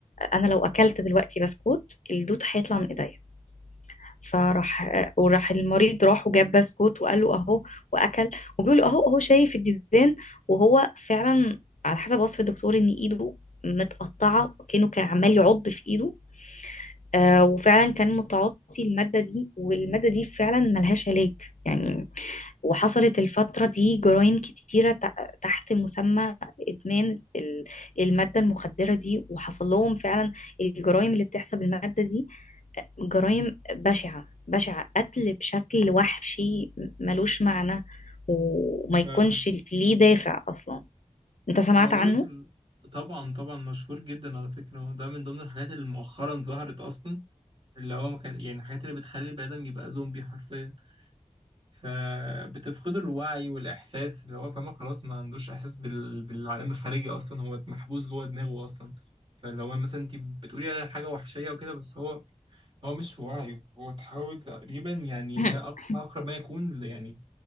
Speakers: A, on the left; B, on the right.
A: انا لو اكلت دلوقتي بسكوت الدود هيطلع من ايديا فراح وراح المريض راح وجاب بسكوت وقال له اهو واكل وبيقول له اهو اهو شايف الديدان وهو فعلا على حسب وصف الدكتور ان ايده متقطعه كانه كان عمال يعض في ايده آه وفعلا كان متعاطي الماده دي والماده دي فعلا ملهاش علاج يعني وحصلت الفترة دي جرائم كتيرة تع- تحت مسمى إدمان ال- المادة المخدرة دي وحصل لهم فعلا الجرائم اللي بتحصل بالمادة دي جرائم بشعة بشعة قتل بشكل وحشي م- ملوش معنى وما يكونش
B: فعلا
A: ليه دافع أصلا أنت سمعت
B: ما بقولك
A: عنه؟
B: ال... طبعا طبعا مشهور جدا على فكرة ده من ضمن الحاجات اللي مؤخرا ظهرت أصلا اللي هو ما كان يعني الحاجات اللي بتخلي البني آدم يبقى زومبي حرفيا فبتفقد الوعي والإحساس اللي هو فاهمة خلاص ما عندوش إحساس بال... بالعالم الخارجي أصلا هو محبوس جوه دماغه أصلا فاللي هو مثلا أنت بتقولي على حاجة وحشية وكده بس هو هو مش في وعيه هو تحاول تقريبا يعني
A: <laughs>
B: ما أق- أقرب ما يكون يعني